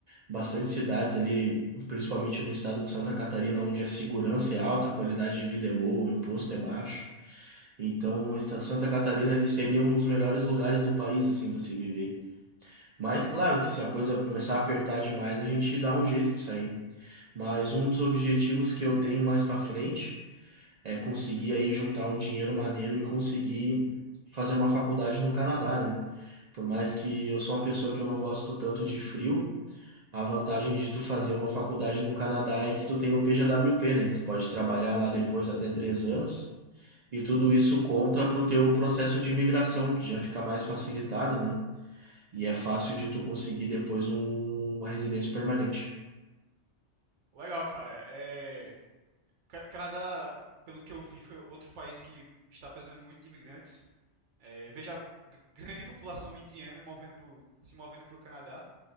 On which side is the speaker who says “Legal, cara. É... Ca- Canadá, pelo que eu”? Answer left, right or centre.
Right